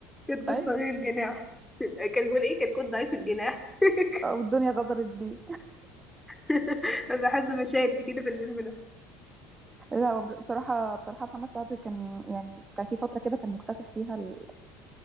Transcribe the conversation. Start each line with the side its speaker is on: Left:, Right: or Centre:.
Centre: كتكوت
Right: ايوه
Centre: صغير الجناح كان بيقول ايه كتكوت ضعيف الجناح <laughs>
Right: والدنيا غدرت بيه
Centre: <laughs> بحب مشاهد كتيرة في الفيلم ده
Right: لا هو بج- بصراحه بصراحه محمد سعد كان يعني كان في فتره كده كان مكتسح فيها ال-